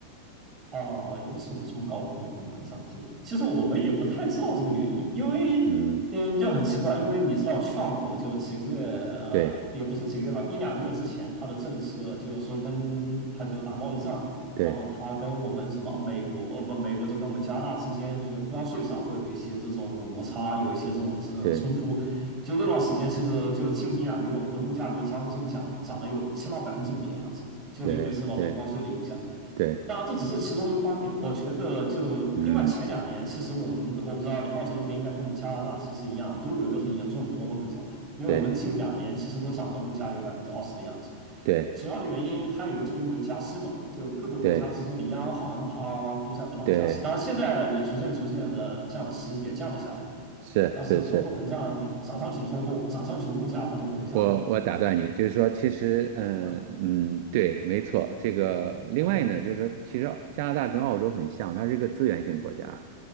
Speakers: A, on the right; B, on the right.
A: 哦，有的时候我们这么高的共很成长？其实我们也不太知道这个原因，因为嗯，
B: 嗯，
A: 就很奇怪，因为你知道，Trump 就几个月呃，
B: 对
A: 也不是几个月吧，一两个月之前，他的政策就是说跟他就打贸易战，
B: 对
A: 然后他跟我们什么美国，哦不，美国就跟我们加拿大之间，就是关税上会有一些这种摩擦，有一些这种呃冲突。
B: 对
A: 就那段时间，其实就近一两个月，我们的物价就将近涨涨了有起码百分之五的样子，就因为受到这个关税的影响。
B: 对对对，
A: 当然，这只是其中一方面。我觉得，就另外前两年，
B: 嗯，
A: 其实我们我不知道，你澳洲那边应该跟我们加拿大其实一样，都有一个很严重的通货膨胀。因为我们近两年其实都涨了，
B: 对
A: 物价有百分之二十的样子。
B: 对
A: 主要的原因还有一个，就因为加息嘛，就各个国家之间的央行它都在不断加息。
B: 对对，
A: 当然，现在也逐渐逐渐的降息，也降了下来。
B: 是是是。
A: 但是通货膨胀涨上去的通货，涨上去的物价它就不会下来了。
B: 我我打断你，就是说，其实，嗯嗯，
A: 啊
B: 对，没错。这个另外呢，
A: 啊，
B: 就是说，其实加拿大跟澳洲很像，它是一个资源性国家，